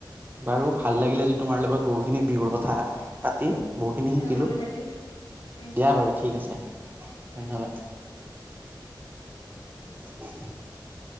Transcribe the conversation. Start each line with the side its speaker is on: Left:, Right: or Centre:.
Right: বাৰু ভাল লাগিলে আজি তোমাৰ লগত বহুতখিনি বিহুৰ কথা পাতি। বহুখিনি
Left: খাই
Right: শিকিলোঁ
Left: মোৰো
Right: দিয়া
Left: লাগিল খাই
Right: বাৰু ঠিক আছে
Left: দিয়া
Right: ধন্যবাদ। <unintelligible>